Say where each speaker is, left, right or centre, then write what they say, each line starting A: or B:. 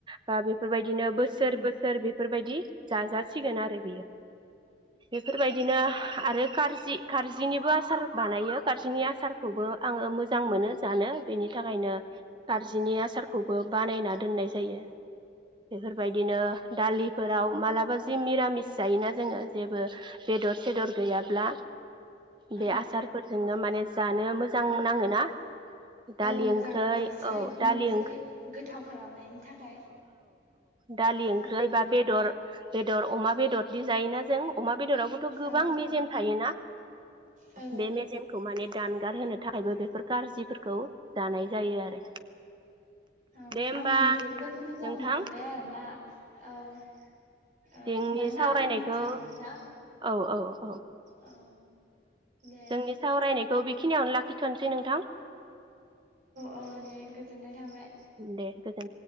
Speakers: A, on the right; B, on the right.
A: बा बेफोरबायदिनो बोसोर बोसोर बेफोरबायदि जाजासिगोन आरो बियो बेफोरबायदिनो आरो कारजि-कारजिनिबो आसार बानायो कार्जिनि आसारखौबो आङो मोजां मोनो जानो बेनि थाखायनो कार्जिनि आसारखौबो बानायना दोननाय जायो बेफोरबायदिनो दालिफोराव मालाबा जि मिरामिस जायोना जोङो जेबो बेदर सेदर गैयाब्ला बे
B: औ
A: आसार फोरजोंनो माने जानो मोजां नाङो ना। दालि
B: मोजां
A: ओंख्रै
B: नाङो साइद
A: दालि
B: मोनसे
A: ओं
B: गोथाव खालामनायनि थाखाय
A: दालि ओंख्रै
B: औ
A: बा बेदर बेदर अमा बेदरदि जायोना जों अमा बेदरावबोथ गोबां
B: औ
A: मेजेम थायोना।
B: औ
A: बे मेजेमखौ माने दानगार होनो थाखायबो बेफोर कारजिफोरखौ जानाय जायो आरो।
B: औ
A: दे होमबा
B: जोबोद मोजां
A: नोंथां
B: मोनबाय आरो ना। औ
A: जोंनि
B: मानोना
A: सावरायनायखौ
B: आं मिथियामोन ना।
A: औ औ औ
B: औ दे
A: जोंनि
B: दे
A: सावरायनायखौ खौ बेखिनियावनो लाखिथनोसै नोंथां।
B: औ दे गोजोननाय थाबाय।
A: दे गोजोन्थों।